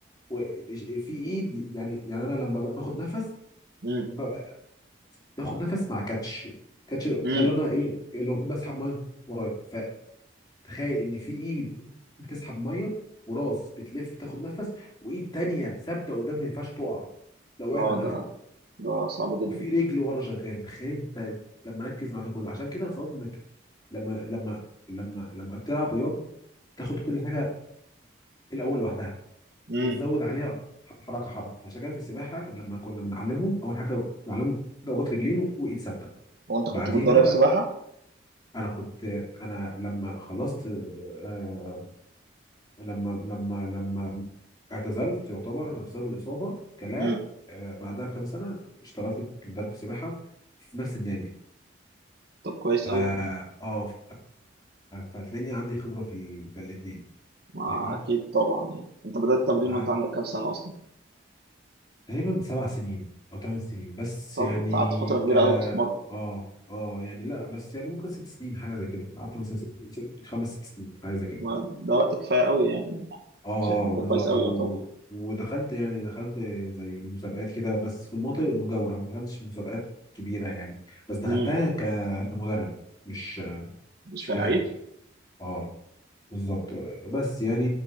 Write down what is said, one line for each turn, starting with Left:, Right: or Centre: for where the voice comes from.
Left: وفي ايد يعني يعني انا لما ب- باخد نفس
Right: مم.
Left: ب- باخد نفس مع كاتش كاتش
Right: مم.
Left: ده اللي انا ايه اللي هو بسحب ميه ورايا تخيل ان في ايد بتسحب ميه وراس بتلف تاخد نفس وايد تانية ثابته قدام ما ينفعش تقع لو وقعت
Right: اه
Left: انا
Right: ده
Left: هغرق
Right: ده صعب جدا
Left: وفي رجل ورا شغاله تخيل انت لما ركز مع ده كله عشان كده افترض انك لما لما لما لما تلعب رياضه تاخد كل حاجه الاول لوحدها
Right: مم.
Left: وتزود عليها حركه حركه فعشان كده في السباحه لما كنا بنعلمهم اول حاجه بنعلمهم ضربات رجلين وايد ثابته
Right: هو انت
Left: بعديها
Right: كنت بتدرب سباحه
Left: انا كنت انا لما خلصت آه، لما لما لما اعتزلت يعتبر بسبب الإصابة كلاعب
Right: مم.
Left: آه، بعدها بكام سنة اشتغلت كمدرب سباحة في نفس النادي
Right: طب كويس
Left: ف
Right: قوي
Left: اه ف فهتلاقيني عندي خبرة في ال... في الاتنين
Right: ما
Left: فاهمني؟
Right: اكيد طبعا يعني انت بدات التمرين
Left: قعدت
Right: وانت عندك كام سنه اصلا
Left: تقريبا سبع سنين أو ثمان سنين بس
Right: طب
Left: يعني
Right: انت قعدت فتره كبيره
Left: ك
Right: قوي بتتمرن
Left: اه اه يعني لا بس يعني ممكن ست سنين حاجة زي كده قعدت مثلا ست- خمس ست سنين حاجة زي كده
Right: ما- ده وقت كفايه قوي يعني
Left: اه
Right: شايف ان ده
Left: بالظبط
Right: كويس قوي
Left: و...
Right: يعتبر
Left: ودخلت يعني دخلت زي مسابقات كده بس في المناطق المجاورة ما دخلتش مسابقات كبيرة يعني بس دخلتها
Right: مم.
Left: ك... كمدرب مش
Right: مش
Left: مش
Right: كلاعب
Left: كلاعب اه بالظبط بس يعني